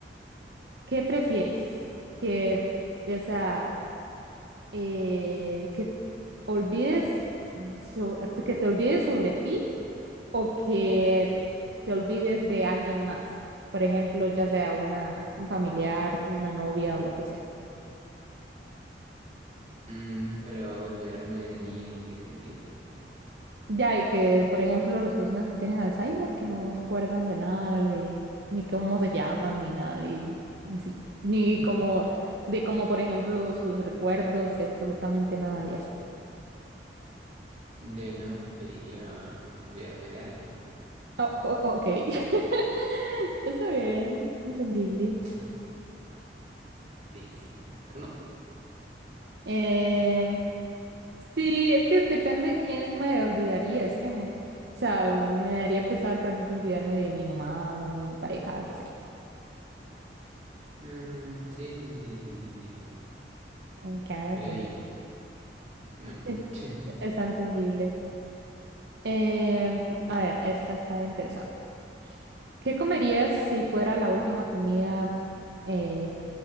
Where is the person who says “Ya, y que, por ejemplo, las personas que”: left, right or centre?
Right